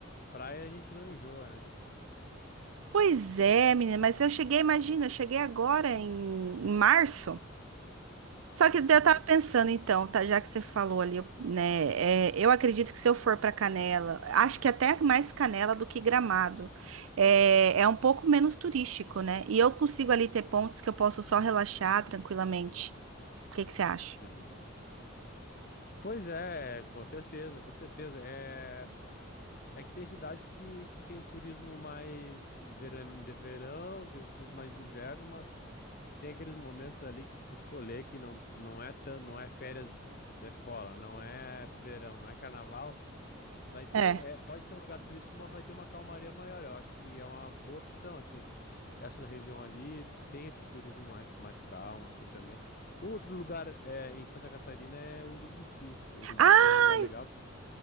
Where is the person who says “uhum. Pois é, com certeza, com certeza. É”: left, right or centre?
Left